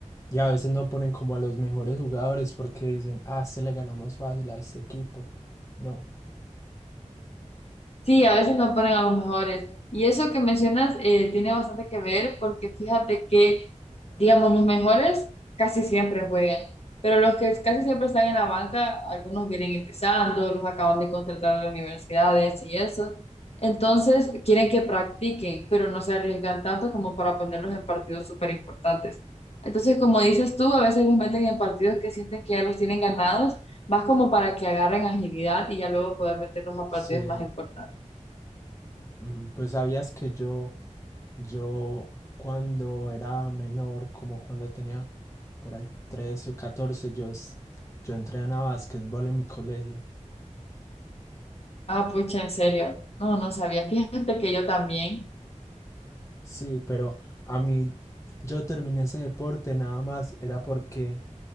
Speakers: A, on the left; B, on the left.
A: y a veces no ponen como a los mejores jugadores porque dicen, ah, a este le ganamos fácil a este equipo. No.
B: Sí, a veces no ponen a los mejores. Y eso que mencionas eh, tiene bastante que ver porque fíjate que, digamos, los mejores casi siempre juegan, pero los que casi siempre están en la banca, algunos vienen empezando, los acaban de contratar a las universidades y eso. Entonces, quieren que practiquen, pero no se arriesgan tanto como para ponerlos en partidos súper importantes. Entonces, como dices tú, a veces los meten en partidos que sienten que ya los tienen ganados, más como para que agarren agilidad y ya luego poder meterlos a
A: Sí,
B: partidos más importantes.
A: Ujú, Pues sabías que yo, yo cuando era menor, como cuando tenía por ahí 13 o 14, yo, s- yo entrenaba básquetbol en mi colegio.
B: Ah, pucha, en serio. No, no sabía. Fíjate que yo también.
A: Sí, pero a mí yo terminé ese deporte nada más, era porque